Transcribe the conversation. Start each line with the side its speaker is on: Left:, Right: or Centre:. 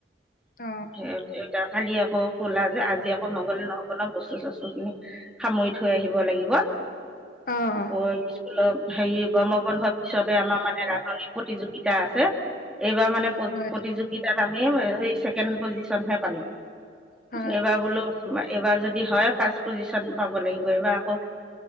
Left: অ
Centre: আৰু য়া কালি আকৌ খোলা যে আজি আকৌ নগলে নহ'ব ন বস্তু চস্তু খিনি সামৰি থৈ আহিব লাগিব।
Left: অ'।
Centre: আকৌ স্কুলৰ হেৰি গৰমবন্ধৰ পিছতে আমাৰ মানে ৰান্ধনী প্ৰতিযোগিতা আছে এইবাৰ মানে
Left: হয়
Centre: প্ৰতিযোগিতাত আমি ছেকেণ্ড পজিচনহে পালো।
Left: হয়,
Centre: এইবাৰ বোলো এইবাৰ যদি হয় ফাৰ্ষ্ট পজিচন পাব লাগিব এইবাৰ আকৌ